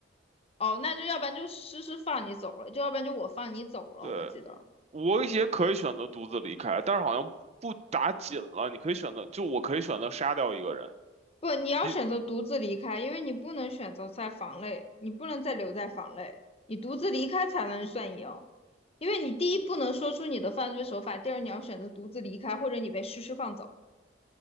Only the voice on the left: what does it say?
哦，那就要不然就诗诗放你走了，就要不然就我放你走了，
我记得。
不，你要选择独自离开，
因为你不能选择在房内，你不能再留在房内，你独自离开才能算赢。因为你第一不能说出你的犯罪手法，第二你要选择独自离开，或者你被诗诗放走。